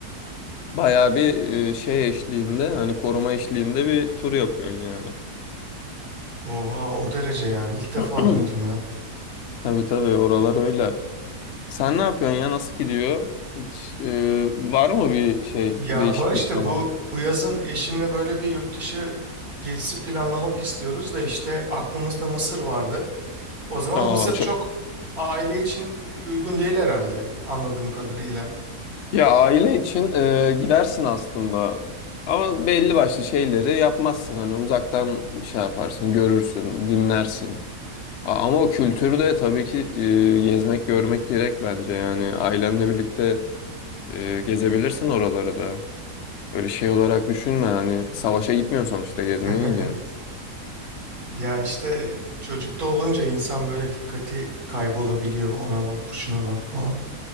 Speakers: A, on the left (about 80°); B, on the right (about 65°).
A: bayağı bir e, şey eşliğinde hani koruma eşliğinde bir tur yapıyorsun yani.
B: Oha o derece yani. İlk defa
A: <clears throat>
B: duydum ya.
A: Tabii tabii oralar öyle. Sen ne yapıyorsun ya nasıl gidiyor? Hiç, e, var mı bir şey
B: Ya
A: değişiklik
B: var işte
A: falan?
B: bu bu yazın eşimle böyle bir yurt dışı gezisi planlamak istiyoruz da işte aklımızda Mısır vardı. O zaman
A: Aa
B: Mısır çok
A: çok
B: aile için uygun değil herhalde anladığım kadarıyla.
A: Ya aile için e, gidersin aslında. Ama belli başlı şeyleri yapmazsın. Hani uzaktan şey yaparsın, görürsün, dinlersin. A- Ama o kültürde tabii ki e, gezmek, görmek gerek bence. Yani ailenle birlikte e, gezebilirsin oralara da. Öyle şey olarak düşünme. Hani savaşa gitmiyorsun sonuçta, gezmeye
B: <laughs>
A: gidiyorsun.
B: Ya işte çocukta olunca insan böyle dikkati kaybolabiliyor. Ona bak, şuna bak falan.